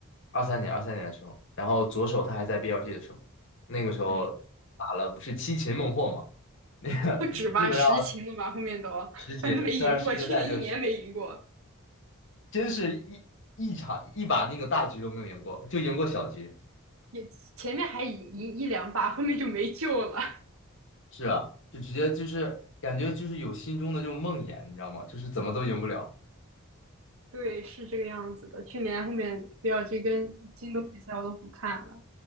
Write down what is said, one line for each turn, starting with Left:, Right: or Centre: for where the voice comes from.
Left: 二三年二三年的时候，然后左手他还在 BLG 的时候，那个时候打了不是七擒孟获嘛，
Right: 哎
Left: 那个基本上
Right: <laughs> 不止吧，实情了吧，后面都
Left: 十擒，
Right: 反正没赢过，
Left: 虽然世界赛就是
Right: 去年一年没赢过，
Left: 真是一一场一把那个大局都没有赢过，就赢过小局，
Right: 也前面还赢赢一两把，后面就没救了。
Left: 是啊，就直接就是感觉就是有心中的这种梦魇，你知道吗？就是怎么都赢不了。
Right: 对，是这个样子的。去年后面比尔这跟京东比赛我都不看了，